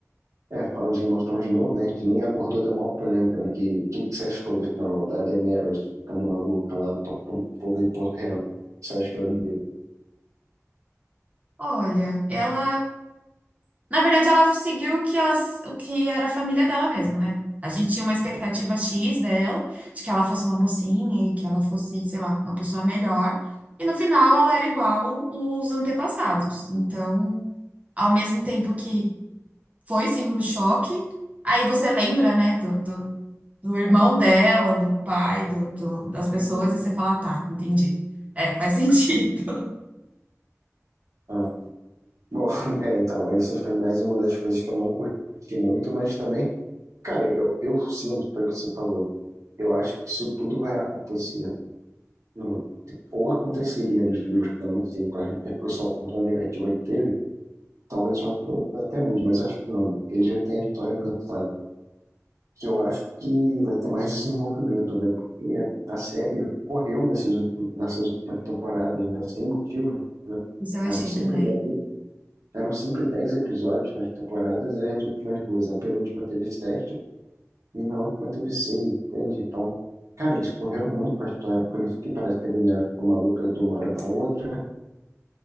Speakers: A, on the right (about 75°); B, on the right (about 25°).
A: é, falando de Game of Thrones de novo, né? A gente nem abordou da maior polêmica, né? Que, que que você achou do final da Daenerys ficando maluca lá, tocando fogo em Porto Real? Você achou de...
B: Olha, ela... Na verdade, ela seguiu o que, ela, o que era a família dela mesma, né? A gente tinha uma expectativa X dela, de que ela fosse uma mocinha e que ela fosse, sei lá, uma pessoa melhor. E no final, ela era igual os antepassados. Então, ao mesmo tempo que foi sim um choque. Aí você lembra, né, do, do, do irmão dela, do pai, do, do- das pessoas,
A: Uhum.
B: e você fala, tá, entendi. É, faz <laughs> sentido.
A: Ah. Bom, <laughs> é, então, essa foi mais uma das coisas que eu não curti muito, mas também Cara, eu, eu sinto, foi o que você falou. Eu acho que isso tudo vai acontecer, no- ou aconteceria nos livros, né? eu não sei qual a repercussão tão negativa que teve. Talvez o ator até mude, mas acho que não, né? Porque ele já tem a história pensada. Que eu acho que vai ter mais desenvolvimento, né? Porque a série correu nesses ulti- nessas últimas temporadas, né? Sem motivo.
B: Isso eu achei
A: Eram sempre
B: também.
A: dez eram sempre 10 episódios nas temporadas, aí as últimas duas. A penúltima teve sete E na última teve seis, entende? Então, cara, eles correram muito com a história, por isso que parece que a Daenerys ficou maluca de uma hora pra outra,